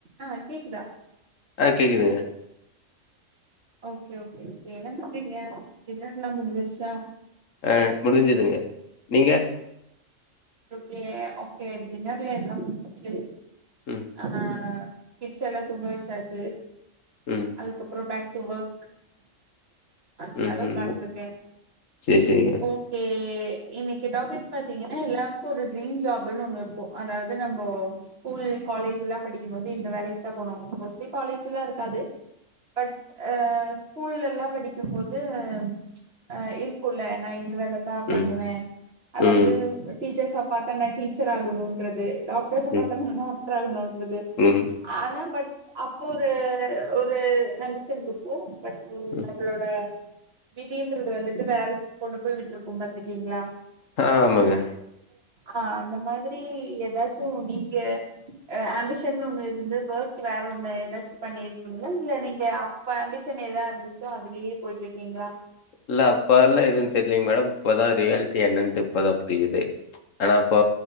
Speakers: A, on the right; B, on the left.
A: ஆஹ் கேக்குதா
B: ஆஹ் கேக்குதுங்க
A: ஓகே ஓகே என்ன பண்றீங்க டின்னர்லா முடிஞ்சுருச்சா?
B: அஹ் முடிஞ்சதுங்க நீங்க?
A: கே ஓகே டின்னர்லா எல்லாம் முடிஞ்ச்சு
B: ம்
A: ஆஹ் கிட்ஸ் எல்லாம் தூங்க வெச்சாச்சு
B: ம்
A: அதுக்கப்புறம் பே டு‌ வொர்க் அதனால
B: ம்
A: உக்காந்த்ட்டிருக்கேன்
B: ம் சேரி சேரிங்க
A: ஓகே இன்னைக்கு டாப்பிக் பாத்தீங்கன்னா <unintelligible> க்கு ட்ரீம் ஜாப்ன்னு ஒண்ணு இருக்கு. அதாவது நம்போ ஸ்கூல் காலேஜ்ல்லா படிக்கும்போது இந்த வேலைக்குதா போனு மோஸ்ட்லி காலேஜெல்லா இருக்காது. பட் ஸ்கூல்ல எல்லா படிக்கும்போது ப்ச் இருக்குல்ல நா இந்த வேலதான் பண்ணுவேன்
B: ம்
A: அதாவது
B: ம்
A: டீச்சர்ஸ பாத்தா நான் டீச்சர் ஆகணும்ன்றது டாக்டர்ஸ
B: ம்
A: பாத்தா நானும் அப் <unintelligible> றது.
B: ம்
A: ஆனா பட் அப்ப ஒரு ஒரு ஆம்பிஷன் இருக்கு பட்
B: ம்
A: நம்மளோட விதின்றது வந்துட்டு வேற கொண்டு போய் விட்டிருக்கும் பாத்திட்டீங்ளா
B: ஆ ஆமாங்க
A: ஆஹ் அந்த மாதிரி ஏதாச்சும் நீங்க ஆம்பிஷன் ஒண்ணு இருந்து ஒர்க் வேற ஒண்ணு ஏதாச்சும் பண்ணிருக்கீங்களா இல்ல நீங்க அப்ப ஆம்பிஷன் ஏதா இருந்துச்சோ அதுலயே போயிட்டு இருக்கீங்களா?
B: இல்ல அப்பல்லா எது தெரியலீங்க மேடம் இப்பதா ரியாலிட்டி என்னட்டு இப்பதா புரியுது ப்ச் ஆனா இப்போ